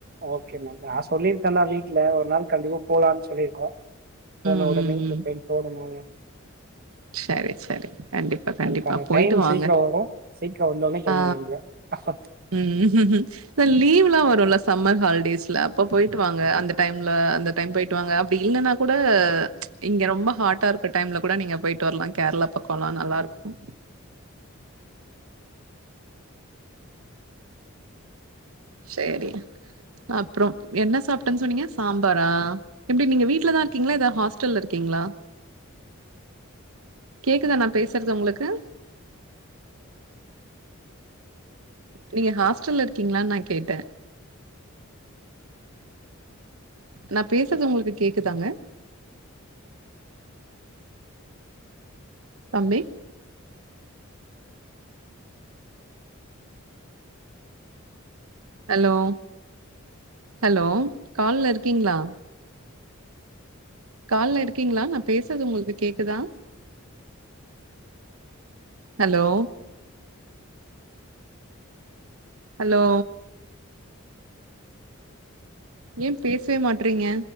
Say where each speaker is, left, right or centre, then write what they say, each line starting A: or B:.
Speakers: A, on the right; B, on the right.
A: ஓகே மேம் நா சொல்லிருக்கே தா வீட்டுல ஒரு நாள் கண்டிப்பா போலாம்னு சொல்லிருக்கோம் போன
B: ம் ம்
A: உடனே
B: ம் ம்
A: பிளேன் போடணு ஆனா
B: சரி சரி கண்டிப்பா கண்டிப்பா
A: அதுக்கான
B: போயிட்டு
A: டைம்
B: வாங்க
A: சீக்கிரம் வரும் சீக்கிரம் வந்தோனே கிள்ம்ப
B: ஆ
A: வேண்டிதா ஆ
B: ம் லீவ் எல்லா வரும்ல சம்மர் ஹாலிடேஸ்ல அப்ப போயிட்டு வாங்க அந்த டைம்ல அந்த டைம் போயிட்டு வாங்க அப்படி இல்லன்னா கூட இங்க ரொம்ப ஹாட்டா இருக்க டைம்ல கூட நீங்க போயிட்டு வரலாம் கேரளா பக்கம் போனா நல்லாருக்கும் சரி அப்புறம் என்ன சாப்பிட்டன் சொன்னீங்க சாம்பாரா எப்படி நீங்க வீட்லதா இருக்கீங்களா ஏதாவது ஹாஸ்டல்ல இருக்கீங்களா கேக்குதா நா பேசுறது உங்களுக்கு நீங்க ஹாஸ்டல்ல இருக்கீங்களா நா கேட்டே நா பேசுறது உங்களுக்கு கேக்குதாங்க தம்பி ஹலோ ஹலோ கால்ல இருக்கீங்களா கால்ல இருக்கீங்களா நா பேசுறது உங்களுக்கு கேக்குதா ஹலோ ஹலோ ஏ பேசவே மாட்றீங்க